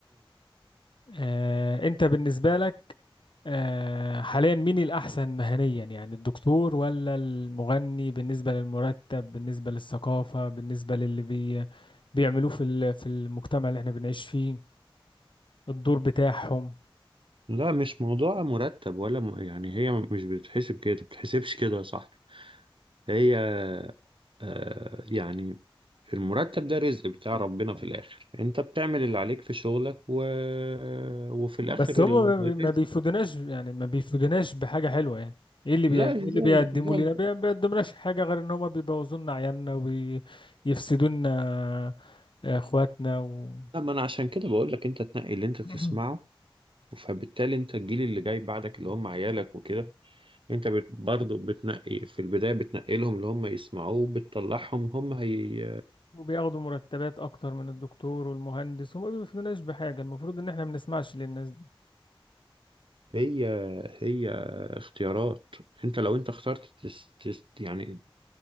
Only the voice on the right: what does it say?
لا مش موضوع مرتب ولا م... يعني هي مش بتتحسب كده بتتحسبش كده يا صاحبي هي آه يعني المرتب ده رزق بتاع ربنا في الآخر انت بتعمل اللي عليك في شغلك و... وفي الآخر
ال-
الرزق
لا
ازاي
لا
لا
لا، ما انا عشان كده بقول لك انت تنقي اللي انت تسمعه
فبالتالي انت الجيل اللي جاي بعدك اللي هم عيالك وكده انت بت... برضه بتنقي في البداية بتنقي لهم اللي هم يسمعوه بتطلعهم هم هي
هي هي اختيارات انت لو انت اخترت تس تس يعني